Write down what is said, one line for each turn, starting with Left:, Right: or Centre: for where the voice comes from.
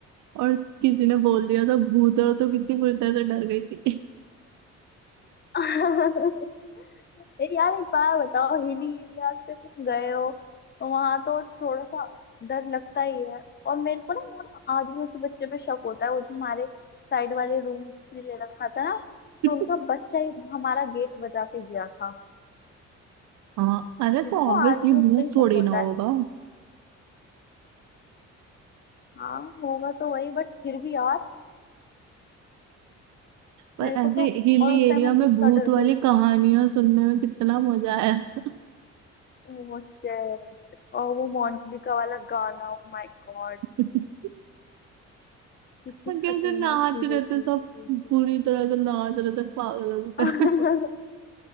Right: और किसी ने
Left: हम्म,
Right: बोल दिया था भूत
Left: हम्म।
Right: है तो कितनी बुरी तरह से डर गई थी
Left: <laughs> ए यार एक बार बताओ हिली एरिया से तुम गए हो तो वहां तो थोड़ा सा डर लगता ही है और मेरे को ना वो ना आदिवासी बच्चे पे शक होता है वो जो हमारे साइड वाले रूम जिसने ले रखा था ना कि
Right: <laughs>
Left: उनका बच्चा ही हमारा गेट बजा के गया था
Right: हाँ अरे
Left: मेरे
Right: तो
Left: को तो
Right: ऑब्वियसली
Left: आज भी उस
Right: भूत
Left: पे ही
Right: थोड़ी
Left: शक होता
Right: ना होगा
Left: है हाँ होगा तो वही बट फिर भी यार
Right: पर
Left: मेरे
Right: ऐसे
Left: को तो
Right: हिली
Left: और उस टाइम
Right: एरिया
Left: हम
Right: में
Left: कितना
Right: भूत
Left: डर
Right: वाली
Left: गए थे
Right: कहानियां सुनने में कितना मजा आया था
Left: ओ शिट और वो मोंटली का वाला गाना ओ माय गॉड
Right: <laughs>
Left: कितनी
Right: और कैसे
Left: खतरनाक
Right: नाच
Left: चीजें
Right: रहे
Left: थी
Right: थे सब
Left: उस टाइम पे
Right: पूरी तरह से नाच रहे थे पागलों की
Left: <laughs>
Right: तरह